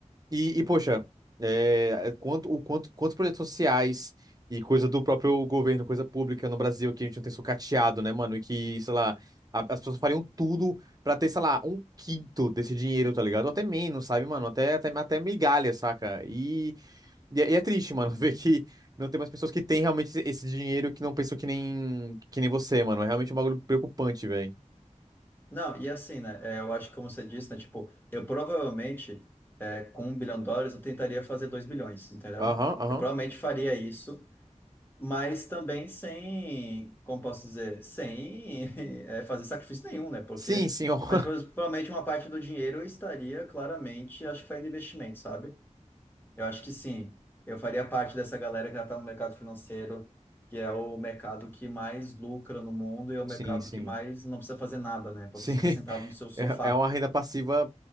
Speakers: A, on the right (about 30°); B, on the left (about 15°).
A: E, e, poxa, é, quanto, o quanto, quantos projetos sociais e coisa do próprio governo, coisa pública no Brasil que a gente não tem sucateado, né, mano? E que, sei lá, a- as pessoas fariam tudo pra ter, sei lá, um quinto desse dinheiro, tá ligado? Ou até menos, sabe, mano? Até, até, até migalha, saca? E é, e é triste, mano, <laughs> ver que não tem mais pessoas que têm realmente esse esse dinheiro que não pensam que nem, que nem você, mano. É realmente um bagulho preocupante, velho.
B: Não, e assim, né? é, eu acho que, como você disse, né? Tipo, eu provavelmente, é, com um bilhão de dólares, eu tentaria fazer dois bilhões, entendeu?
A: Aham, aham.
B: Eu provavelmente faria isso, mas também sem, como posso dizer, sem <laughs> é, fazer sacrifício nenhum, né? Porque,
A: Sim, sim, ó.
B: mas pro-
A: <laughs>
B: provavelmente uma parte do dinheiro eu estaria claramente, acho que fazendo investimento, sabe? Eu acho que sim. Eu faria parte dessa galera que já está no mercado financeiro, que é o mercado que mais lucra no mundo e é o mercado
A: Sim, sim.
B: que mais não precisa fazer nada, né? Porque
A: Sim.
B: você
A: <laughs>
B: fica sentado no seu sofá.
A: É, é uma renda passiva